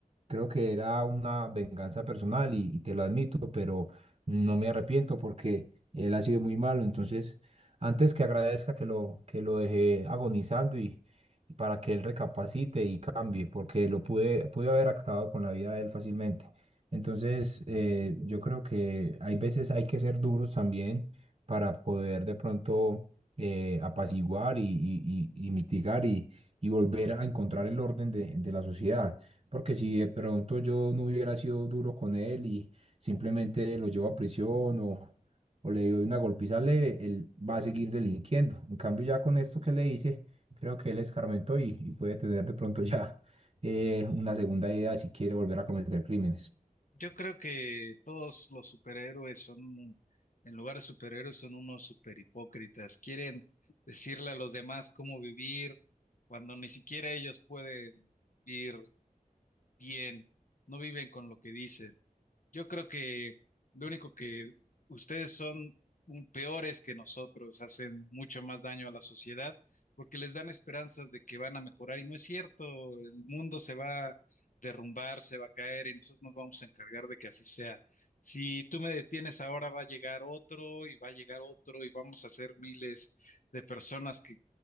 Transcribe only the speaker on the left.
Yo creo que todos los superhéroes son, un- en lugar de superhéroes, son unos superhipócritas. Quieren decirle a los demás cómo vivir cuando ni siquiera ellos pueden vivir bien, no viven con lo que dicen. Yo creo que lo único que ustedes son un- peores que nosotros, hacen mucho más daño a la sociedad porque les dan esperanzas de que van a mejorar y no es cierto, el mundo se va a derrumbar, se va a caer y nosotros nos vamos a encargar de que así sea. Si tú me detienes ahora, va a llegar otro y va a llegar otro y vamos a ser miles de personas que